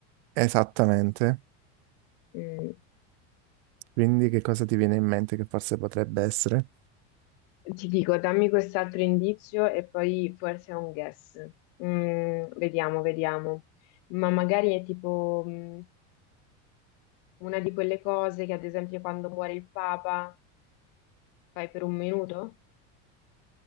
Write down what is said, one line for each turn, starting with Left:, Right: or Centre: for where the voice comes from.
Right: Esattamente.
Left: Mm.
Right: Quindi che cosa ti viene in mente che forse potrebbe essere?
Left: Ti dico, dammi quest'altro indizio e poi forse è un guess. Mm, vediamo, vediamo. Ma magari è tipo, mm, una di quelle cose che, ad esempio, quando muore il Papa fai per un minuto?